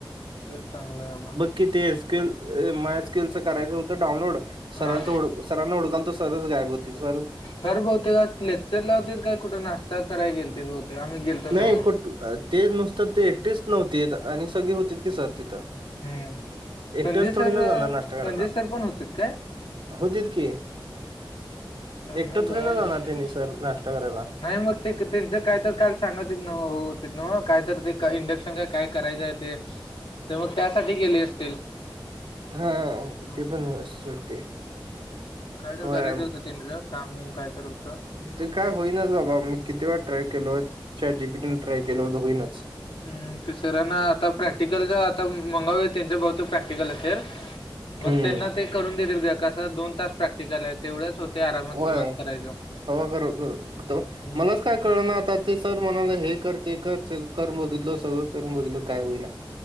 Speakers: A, on the left (about 85°); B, on the right (about 70°).
A: तेच चांगलं आहे बाबा.
B: कि ती स्किल माय स्किलच करायचं होतं डाउनलोड सरांचं
A: हां.
B: ओळख सरांना हुडकालतो सर गायब होते सरच
A: सर बहुतेक आत लेक्चर ला होतील काय कुठे नाश्ता कराय गेलती बहुतेक. आम्ही गेलतो
B: नाही
A: तेव्हा.
B: कुठ ते नुसतं ते एकटेच नव्हती आणि सगळे होती की सर तिथं.
A: हम्म
B: एकटेच
A: संजय
B: थोडी
A: सर
B: ना जाणार नाश्ता
A: संजय
B: करायला
A: सर पण होतीत काय.
B: होतीत की एकटं
A: मी बघाय
B: थोडी न जाणार
A: नसेल.
B: त्यांनी सर नाश्ता करायला.
A: नाही मग ते त्यांच कायतर काल सांगालतीत हो काय तर ते इंडक्शन काय काय करायचंय ते. तर मग त्यासाठी गेले असतील.
B: हा
A: हां.
B: ते पण असू शकते.
A: काय तर
B: होय
A: करायचं होतं त्यांनीच काम होम काय तर होत.
B: ते काय होईनाच बाबा मी किती वेळा ट्राय केलो चॅटजीपीटी ट्राय केल हो होईनच.
A: हमं क सरांना आता प्रॅक्टिकलचा आता मंगळवारी त्यांच्या बहुतेक प्रॅक्टिकल असेल. मग
B: हम्म
A: त्यांना ते करून देतील का दोन तास प्रॅक्टिस <unintelligible> काल तेवढ्याच होते आरामात
B: होय
A: निवांत करायच म्हणून
B: तवा कर कर- तव- मलाच काय कळना आता ते सर म्हणाले हे कर ते कर स कर बघितलं सगळं करून बघितलं काय होईना